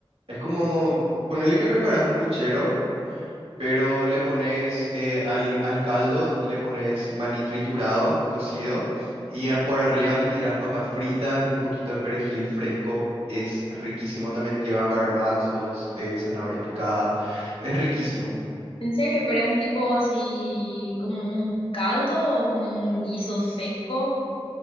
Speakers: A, on the right (about 80°); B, on the left (about 65°).
A: es como pu- ponerle que preparas un puchero, pero le pones eh, al, al caldo, le pones maní triturado, cocido, y a- por arriba le tiras papas fritas y un poquito de perejil fresco. Es riquísimo, también lleva garbanzos, eh, zanahoria picada, es riquísimo.
B: En serio, pero es tipo así como un caldo o como un guiso seco.